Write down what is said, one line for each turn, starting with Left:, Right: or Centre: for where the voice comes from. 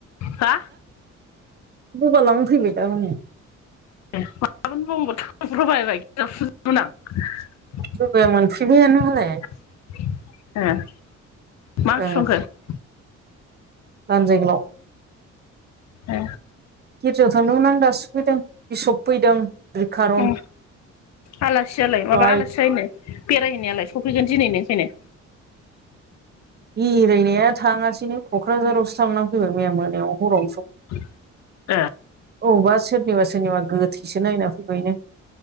Left: हा
Right: गगा लानानै फैबाय दा हनै।
Left: <unintelligible> <unintelligible>
Right: बबाया मोनफैबायानो मालाय
Left: मा ओंख्रि
Right: <unintelligible>
Left: संखो
Right: लानजाम गोलाव
Left: ए
Right: गिर्जायाव थांनो मोन आं दासो सोफैदों बिसब फैदों। रिखारन
Left: अ आलासियालाय
Right: फ्राय
Left: माबा आलासि लायनो बेरायहैनायालाय सफैगोन दिनैनो ओमफायनो
Right: इरायनाया थाङासैनो क'क्राझारावसो थांनानै फैबाय मैया मोनायाव हरावनो सो
Left: ए
Right: अबावबा सोरनिबा सोरनिबा गोथैसो नायना फैबायनो